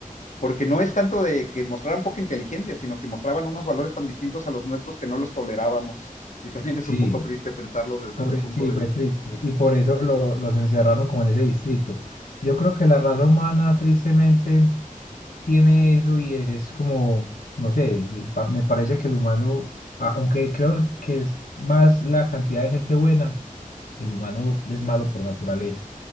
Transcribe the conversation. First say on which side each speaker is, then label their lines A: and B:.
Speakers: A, on the left; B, on the left.
A: porque no es tanto de que mostraran poca inteligencia, sino que mostraban unos valores tan distintos a los nuestros que no los tolerábamos. Y también es
B: Sí,
A: un poco triste pensarlo desde
B: Por,
A: ese
B: e-
A: punto
B: sí,
A: de
B: fue
A: vista.
B: triste. Y por eso lo- los encerraron como en ese distrito. Yo creo que la raza humana, tristemente, tiene eso y es como, no sé, es- pa- me parece que el humano, a- aunque creo que es más la cantidad de gente buena, el humano es malo por naturaleza.